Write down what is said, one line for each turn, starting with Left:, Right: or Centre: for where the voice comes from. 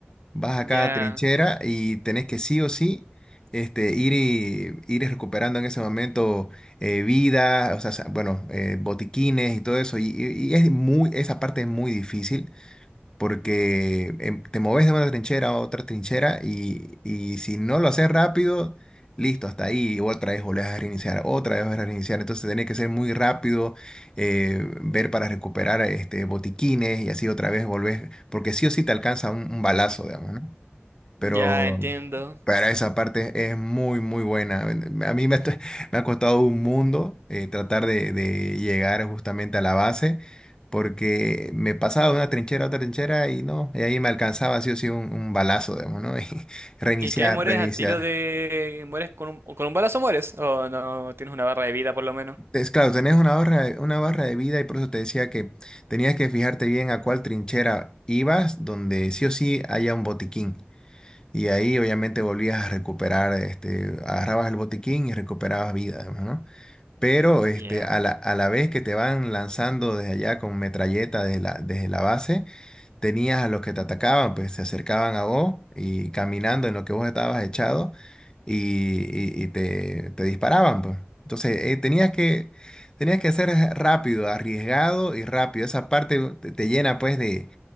Left: Vas
Right: Ya,
Left: a cada trinchera y tenés que sí o sí. Este, ir, y, ir recuperando en ese momento eh, vida, o sea, sa- bueno, eh, botiquines y todo eso, y, y- y es muy, esa parte es muy difícil, porque em, te moves de una trinchera a otra trinchera y, y si no lo haces rápido, listo, hasta ahí, otra vez volvés a reiniciar, otra vez volvés a reiniciar, entonces tenés que ser muy rápido, eh, ver para recuperar este, botiquines y así otra vez volvés, porque sí o sí te alcanza un, un balazo, digamos, ¿no? pero
Right: ya entiendo.
Left: para esa parte es muy, muy buena. A mí me, está- me ha costado un mundo eh, tratar de, de llegar justamente a la base, porque me pasaba de una trinchera a otra trinchera y no, y ahí me alcanzaba sí o sí un, un balazo, digamos, ¿no? <laughs> Y reiniciar,
Right: ¿Y qué? ¿Mueres
Left: reiniciar.
Right: al tiro de... ¿Mueres con un, con un balazo mueres? ¿O no tienes una barra de vida por lo menos?
Left: Es claro, tenés una barra, una barra de vida y por eso te decía que tenías que fijarte bien a cuál trinchera ibas, donde sí o sí haya un botiquín. Y ahí obviamente volvías a recuperar, este, agarrabas el botiquín y recuperabas vida, además, ¿no? Pero este,
Right: Ya.
Left: a la, a la vez que te van lanzando desde allá con metralleta desde la, desde la base, tenías a los que te atacaban, pues se acercaban a vos y caminando en lo que vos estabas echado y, y- y te, te disparaban, pues. Entonces eh, tenías que, tenías que ser rápido, arriesgado y rápido. Esa parte te te llena pues de